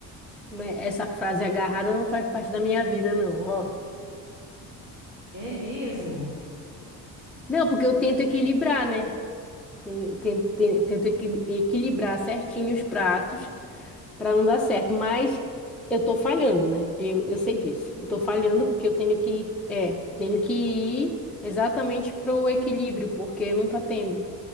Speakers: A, in the centre; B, on the right (about 50°).
A: né? Essa frase agarrada não faz parte da minha vida, não, ó.
B: É mesmo?
A: Não, porque eu tento equilibrar, né? Ten- ten- ten- Tento equi- equilibrar certinho os pratos para não dar certo, mas eu tô falhando, né? Eu, eu sei disso. Eu tô falhando
B: Nossa,
A: porque eu tenho que, é, tenho que ir exatamente pro equilíbrio, porque não tá tendo.